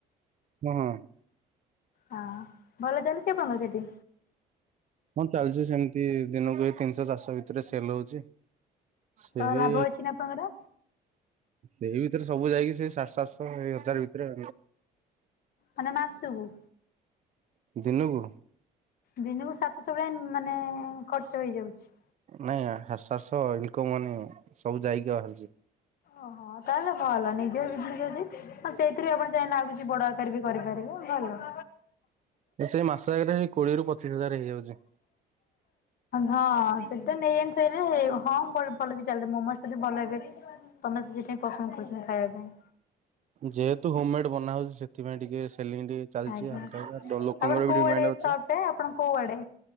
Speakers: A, on the right (about 45°); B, on the left (about 60°).
A: ହଁ।
B: ହଁ। ଭଲ ଚାଲିଚି ଆପଣଙ୍କର ସେଠି?
A: ହଁ, ଚାଲିଛି ସେମିତି ଦିନକୁ ଏଇ ତିନିଶହ ଚାରିଶହ ଭିତରେ ସେଲ ହଉଛି। ସେଇ
B: ତ ଲାଭ ଅଛି ନା ଆପଣଙ୍କର?
A: ସେଇ ଭିତରେ ସବୁ ଯାଇକି ସେଇ ସାତ ଆଠଶହ ଇ ହଜାର ଭିତରେ
B: ମାନେ ମାସକୁ?
A: ଦିନୁକୁ
B: ଦିନୁକୁ ସାତସହ ଗ୍ରାମ ମାନେ ଖର୍ଚ୍ଚ ହେଇଯାଉଛି।
A: ନାଇଁସସ ଇନକ ମନି ସବୁ ଯାଇକି ବାହାରିଛି <unintelligible>
B: ଓହୋ। ତାହେଲେ ଭଲ ନିଜର ବିଜିନେସ ଅଛି। ହଁ, ସେଇଥିରୁ ବି ଆପଣ ଚାହିଁଲେ ଆଉ କିଛି ବଡ ଆକାରେ ବି କରିପାରିବେ, ଭଲ।
A: ସେଇ ମାସ ଜାକରେ କୋଡିଏରୁ ପଚିଶ ହଜାର ହେଇଯାଉଛି।
B: ହଁ ସେଟା ନେଇ ଆଣିଥରେ ହଁଲି ଚାଲ ମୋମୋ <unintelligible> ଯଦି ଭଲ ହେବେ ତମେ ସେ ସେଥିପାଇଁ ପସନ୍ଦ କରୁଛ ଖାଇବା ପାଇଁ।
A: ଯେହେତୁ ହୋମ ମେଡ ବନା ହଉଛି ସେ ସେଥିପାଇଁ ଟିକେ ସେଲିଙ୍ଗ ଟିକେ ଚାଲିଚି
B: ଆଜ୍ଞା
A: ଆଉ। ତାପରେ ତ ଲୋକଙ୍କର
B: ଆପଣ କୋଉ
A: ବି ଡିମାଣ୍ଡ
B: ଆଡେ
A: ଅଛି।
B: ସପ୍ ଆପଣ କଉଆଡେ,